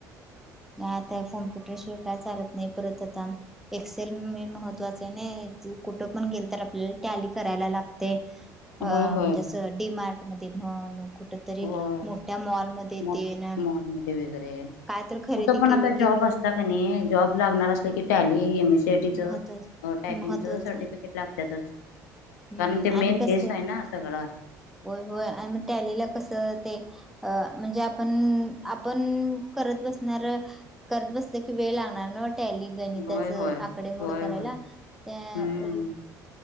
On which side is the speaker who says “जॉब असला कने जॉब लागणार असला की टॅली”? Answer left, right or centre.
Left